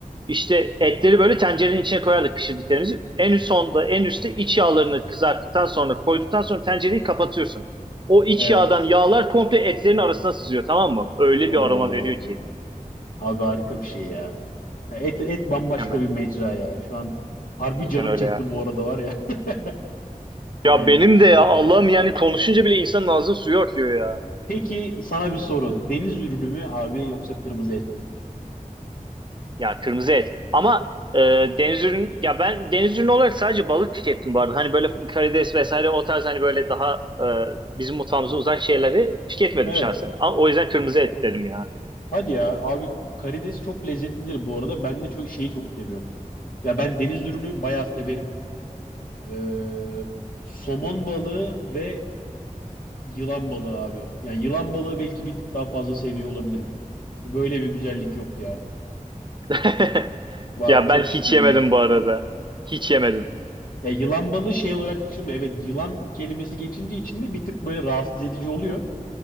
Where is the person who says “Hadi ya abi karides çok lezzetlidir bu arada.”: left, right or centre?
Left